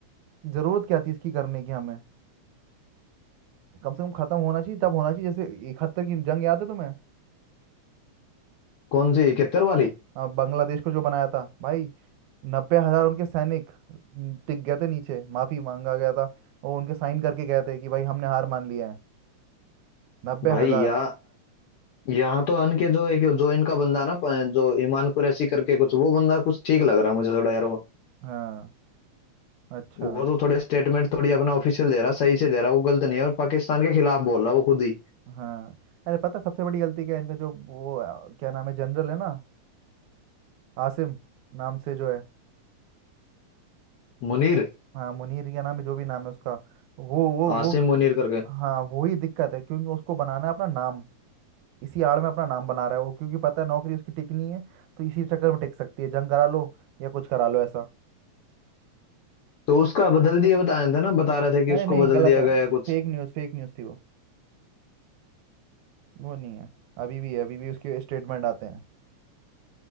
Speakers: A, on the right; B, on the left.
A: जरूरत क्या थी इसकी करने की हमें कम से कम खत्म होना चाहिए तब होना चाहिए जैसे इकहत्तर की जंग याद है तुम्हें
B: कौन सी इकहत्तर वाली
A: अ, बांग्लादेश को जो बनाया था भाई नब्बे हजार उनके सैनिक न, टिक गए थे नीचे माफी मांगा गया था वो उनके साइन करके गए थे कि भाई हमने हार मान लिया है नब्बे
B: भाई
A: हजार
B: या यहाँ तो अन के जो एक जो इनका बंदा ना प- जो ईमान कुरैशी करके कुछ वो बंदा कुछ ठीक लग रहा है मुझे थोड़ा यार वो
A: हाँ अच्छा
B: वो तो थोड़े स्टेटमेंट थोड़ी अपना ऑफिशियल दे रहा सही से दे रहा वो गलत नहीं है और पाकिस्तान के खिलाफ बोल रहा वो खुद ही
A: हाँ अरे पता है सबसे बड़ी गलती क्या है इनका जो वो अ, क्या नाम है जनरल है ना आसिम नाम से जो है
B: मुनीर
A: हाँ मुनीर क्या नाम है जो भी नाम है उसका वो वो वो
B: आसिम मुनीर करके
A: हाँ वही दिक्कत है क्योंकि उसको बनाना है अपना नाम इसी आड़ में अपना नाम बना रहा है वो क्योंकि पता है नौकरी उसकी टिकनी है तो इसी चक्कर में टिक सकती है जंग करा लो या कुछ करा लो ऐसा
B: तो उसका बदल दिया बता रहे थे ना बता रहे थे कि
A: अरे
B: उसको
A: नहीं
B: बदल
A: गलत
B: दिया
A: है
B: गया है कुछ
A: फेक न्यूज़ फेक न्यूज़ थी वो वो नहीं है अभी भी है अभी भी उसके स्टेटमेंट आते हैं